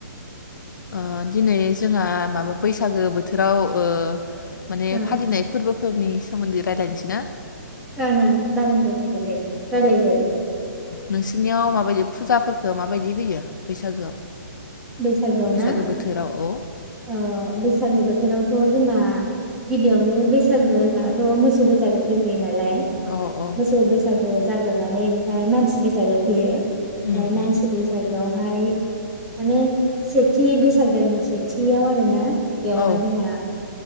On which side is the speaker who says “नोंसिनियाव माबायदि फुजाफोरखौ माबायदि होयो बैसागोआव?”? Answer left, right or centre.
Left